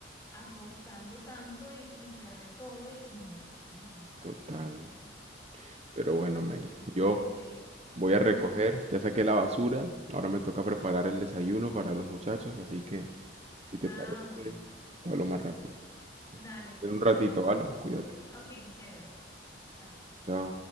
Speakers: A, on the left (about 15°); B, on the right (about 35°).
A: apostando tanto y, y perder todo, y no, sí, no,
B: total.
A: un poco sí.
B: Pero bueno, Mary,
A: No sé,
B: yo
A: eh,
B: Voy a
A: ujú.
B: recoger, ya saqué la basura, ahora me toca preparar el desayuno para los muchachos, así que si te
A: Ah,
B: parece,
A: bueno.
B: te hablo más rápido.
A: Dale, pues,
B: En un ratito,
A: cuídate.
B: ¿vale? Cuídate.
A: Ok, chévere. Chao.
B: Chao.